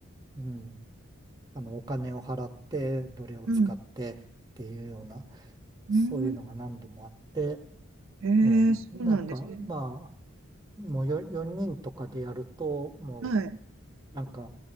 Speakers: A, on the right; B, on the right.
A: うん、あの、お金を払って、どれを使ってっていうような、
B: うん、
A: そういうのが何度もあって、
B: うーん。えー、
A: えーなんか、
B: そうなんですね。
A: まあ、もう4、人とかでやると、も
B: はい。
A: う、なんか、